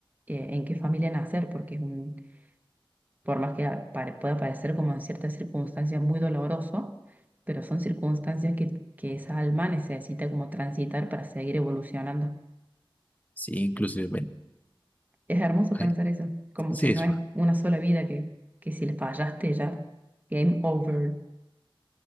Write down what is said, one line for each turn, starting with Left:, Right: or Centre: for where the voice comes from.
Right: eh, en qué familia nacer, porque es un, por más que a- pare- pueda parecer como en ciertas circunstancias muy doloroso, pero son circunstancias que, que esa alma necesita como transitar para seguir evolucionando.
Left: Sí, inclusive. men.
Right: Es hermoso
Left: Ay,
Right: pensar eso, como
Left: sí,
Right: que no
Left: eso.
Right: es una sola vida que, que si le fallaste ya, game over.